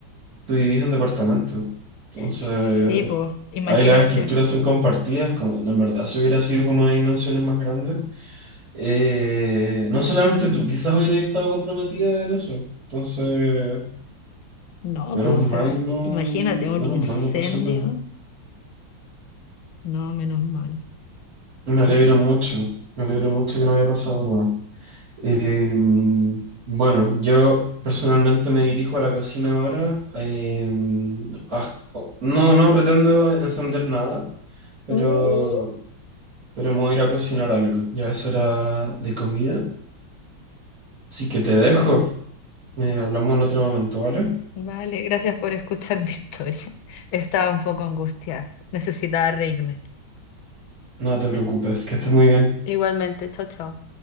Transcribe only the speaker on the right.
tú vivís en departamento. Entonces,
ahí las estructuras son compartidas. Como, en verdad, si hubiera sido como de dimensiones más grandes. eh, no solamente tú, quizás hubieras estado comprometida en eso. Entonces...
Menos
mal
no,
menos
mal no pasó nada.
Me alegro
mucho, me alegro mucho que no haya pasado nada. Eh, bueno, yo personalmente me dirijo a la cocina ahora. eh, ah, oh, no, no pretendo encender nada, pero,
pero me voy a ir a cocinar algo. Ya es hora de comida, así que te dejo. Eh, hablamos en otro momento, ¿vale?
No te preocupes, que estés muy bien.